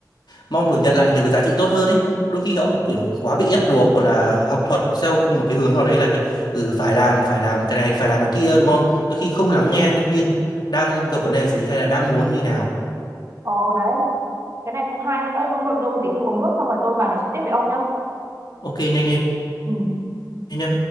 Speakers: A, on the left; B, on the right.
A: mong được nhận lại nhiều cái giá trị tốt hơn ấy đôi khi họ kiểu quá bị ép buộc hoặc là học thuật theo một cái hướng nào đấy là kiểu ừ phải làm phải làm cái này phải làm cái kia đúng không đôi khi không lắng nghe nhân viên đang gặp vấn đề gì hay là đang muốn như nào
B: ồ đấy cái này cũng hay Ơ, ông nội tôi một tí tôi uống nước xong rồi tôi vào nói chuyện tiếp với ông nhá
A: ok nhanh lên
B: ừ.
A: nhé